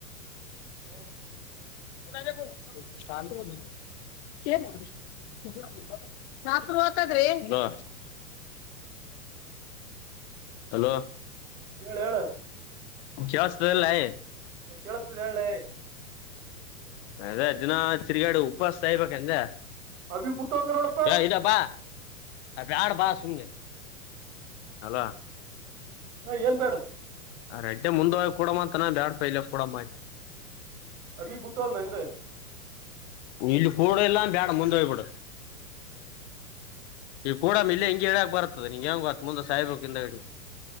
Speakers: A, on the right; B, on the left.
A: <unintelligible>
B: <unintelligible> <unintelligible> ಹಲೋ
A: ಹೇಳ ಹೇಳ
B: ಜಾಸ್ಲ್ಲಯ
A: ಕೇಳಸ್ತದೆ ಹೇಳೆ
B: ಅದೇ ದಿನ ತಿರ್ಗಾಡು ಉಪವಾಸಾ ಸಾಯಿಬೇಕು ಏನ್ ಲೆ
A: ಅಭಿ ಬಿಟ್ಟು ಹೋದ ನೋಡಪ್ಪಾ
B: ಎ ಇದಪ್ಪ ಬೇಡ ಬಾ ಹೂ ಹಲೋ
A: ನಾ ಏನ್ ಬೇಡ
B: ಅೆಡ್ೇ ಮುಂದ ಕೂಡಮ್ಮ ಅಂತಾನ ಬ್ಯಾಡ್ ಪೈಲ್ ಕೊಡಣ
A: ಅಭಿ ಬಿಟ್ಟುಹೋದ ಏನ್ ಲೆ
B: ಇಲ್ಲಿ ಕೂಡು ಎಲ್ಲಾ ಬೇಡ ಮುಂದ ಹೋಗ್ಬಿಡು ಈಗ ಕೂಡ ಮ ಇಲ್ಲಿೇ ಹಿಂಗಗೆಿಡಾಕ್ ಬರ್ತ್ತದೆ ನೀಂಗೆ ಹಂಗ ಹತ್ತು ಮುಂದೆ ಸಾಯ್ಬೇಕಿಂದ ಹಿಂದಗಡಿ